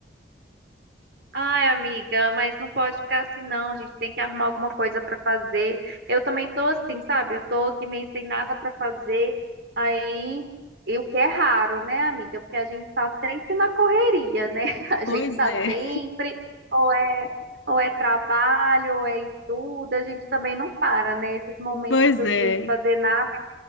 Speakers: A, on the right; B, on the left.
A: Ai, amiga, mas não pode ficar assim, não. A gente tem que arrumar alguma coisa pra fazer. Eu também tô assim, sabe? Eu tô aqui meio sem nada pra fazer. Aí, e o que é raro, né, amiga? Porque a gente tá sempre na correria, né? <laughs> A
B: Pois
A: gente tá
B: é,
A: sempre, ou é, ou é trabalho, ou é estudo, a gente também não para, né? Esses momentos
B: <laughs> pois
A: assim
B: é,
A: de fazer nada.